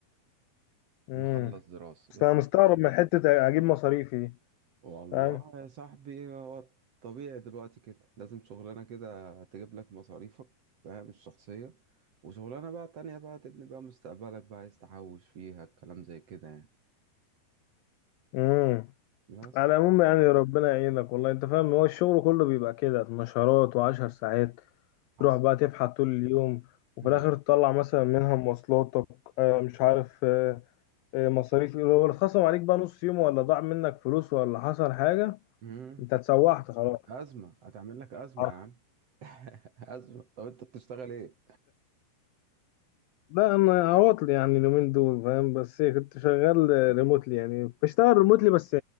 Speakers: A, on the left (about 85°); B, on the right (about 50°).
A: امم
B: مخلص دراسة
A: بس
B: بس
A: انا مستغرب من حتة اجيب مصاريفي دي
B: والله
A: فاهم؟
B: يا صاحبي هو طبيعي دلوقتي كده لازم شغلانة كده تجيب لك مصاريفك فاهم الشخصية وشغلانة بقى تانية بقى تبني بقى مستقبلك بقى عايز تحوش فيها الكلام زي كده يعني
A: امم
B: بس
A: على العموم يعني ربنا يعينك والله انت فاهم هو الشغل كله بيبقى كده نشرات وعشر ساعات
B: حصل
A: تروح بقى تفحت طول اليوم وفي
B: مم.
A: الاخر تطلع مثلا منها مواصلاتك آه، مش عارف آه، آه، مصاريف لو اتخصم عليك بقى نص يوم ولا ضاع منك فلوس ولا حصل حاجة
B: مم.
A: انت اتسوحت خلاص
B: أزمة هتعمل لك أزمة
A: هت-
B: يا عم <laughs> أزمة طب أنت بتشتغل إيه؟
A: لا انا عواطل يعني اليومين دول فاهم بس إيه، كنت شغال ريموتلي يعني بشتغل ريموتلي بس